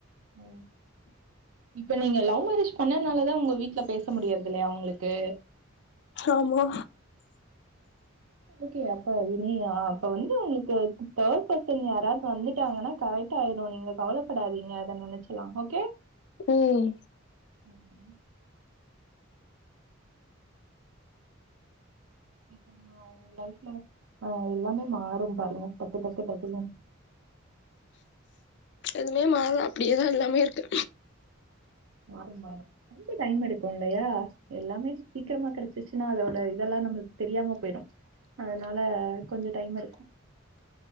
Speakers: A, on the right; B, on the left.
A: ஓ இப்ப நீங்க லவ் மேரேஜ் பண்ணதுனாலதா உங்க வீட்ல பேச முடியறதில்லையா உங்களுக்கு
B: ஆமா
A: ஓகே அப்ப இனி அப்ப வந்து உங்களுக்கு தேர்டுபர்சன் யாராவது வந்துட்டாங்கன்னா கரெக்டு ஆயிடு நீங்க கவலைப்படாதீங்க அத நெனைச்சலா ஓகே
B: ம்
A: ம் இப்ப நா உ லைஃப்ல ஆ எல்லாமே மாறு பாருங்க டக்கு டக்கு டக்குன்னு
B: எதுமே மாறல அப்டியேதா எல்லாமே இருக்கு
A: மாறும் மாறும் கொஞ்ச டைம் எடுக்கு இல்லையா எல்லாமே சீக்கிரமா கெடைச்சிச்சுன்னா அதோட இதெல்லா நம்மளுக்கு தெரியாம போயிடு அதனால கொஞ்ச டைம் எடுக்கு